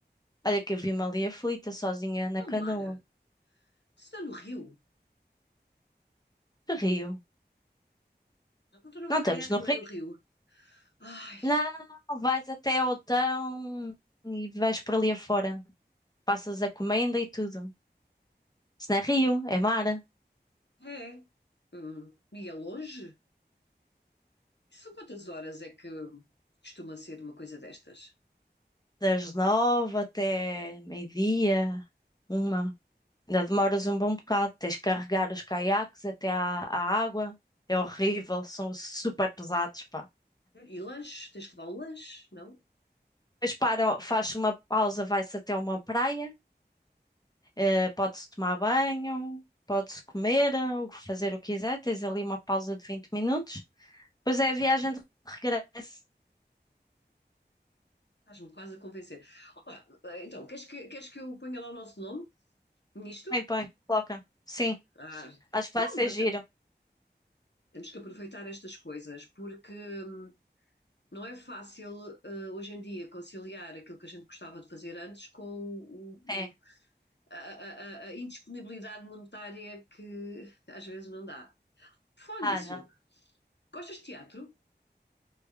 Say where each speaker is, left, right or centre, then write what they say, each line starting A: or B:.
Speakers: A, on the left; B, on the left.
A: Olha que eu vi-me ali aflita, sozinha na
B: no
A: canoa.
B: mar. Se está no rio.
A: Que Rio.
B: Não estou num
A: Não
B: caiaque,
A: estamos no
B: não
A: rio.
B: é no rio. Ai,
A: Não, vais até ao Tão e vais por ali afora. Passas a comenda e tudo. Se não é Rio, é mar.
B: é. Hum, e é longe? São quantas horas é que costuma ser uma coisa destas?
A: Das nove até meio-dia, uma. Ainda demoras um bom bocado. Tens que carregar os caiaques até à, à água. É horrível, são super pesados, pá.
B: E lanche? Tens que levar um lanche, não?
A: Depois para, faz uma pausa, vai-se até uma praia. eh, pode-se tomar banho, pode-se comer, ou fazer o que quiser. Tens ali uma pausa de 20 minutos. Depois é a viagem de regresso.
B: Estás-me quase a convencer. Olá, então, queres que, queres que eu ponha lá o nosso nome nisto?
A: Põe, põe, coloca. Sim,
B: Ah,
A: acho que
B: não,
A: vai ser
B: nós
A: giro.
B: tam- temos que aproveitar estas coisas, porque hum, não é fácil eh, hoje em dia conciliar aquilo que a gente gostava de fazer antes com o- o-
A: É.
B: a, a- a- a indisponibilidade monetária que às vezes não dá. Por falar
A: Ah,
B: nisso,
A: não.
B: gostas de teatro?